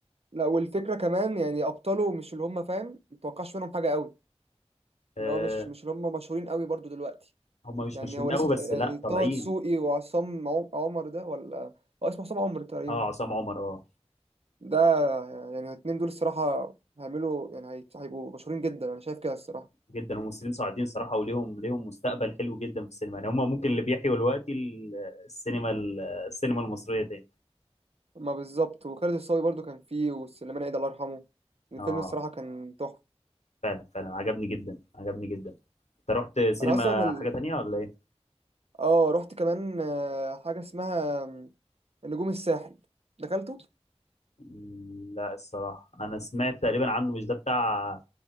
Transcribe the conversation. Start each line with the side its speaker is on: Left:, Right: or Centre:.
Right: لا والفكره كمان يعني ابطاله مش اللي هم فاهم متوقعش منهم حاجه قوي
Left: آه
Right: اللي هو مش مش اللي هم مشهورين قوي برضو دلوقتي
Left: هم مش
Right: يعني
Left: مشهورين
Right: هو لسه
Left: قوي بس
Right: يعني
Left: لا
Right: طه
Left: طالعين
Right: دسوقي وعصام عم- عمر ده ولا اه اسمه عصام عمر تقريبا
Left: اه عصام عمر اه
Right: ده يعني الاتنين دول الصراحه هيعملوا يعني هي- هيبقوا مشهورين جدا انا شايف كده الصراحه
Left: جدا الممثلين صاعدين صراحه وليهم ليهم مستقبل حلو جدا في السينما يعني هم ممكن اللي بيحيوا دلوقتي ال- السينما ال- السينما المصريه تاني
Right: ما بالظبط وخالد الصاوي برضو كان فيه وسليمان عيد الله يرحمه الفيلم
Left: اه
Right: الصراحة كان تحفة
Left: فعلا فعلا عجبني جدا عجبني جدا انت رحت سينما
Right: أنا أصلا ال...
Left: حاجه تانية ولا ايه
Right: آه رحت كمان آه، حاجة اسمها نجوم الساحل دخلته
Left: مم، لا الصراحه انا سمعت تقريبا عنه مش ده بتاع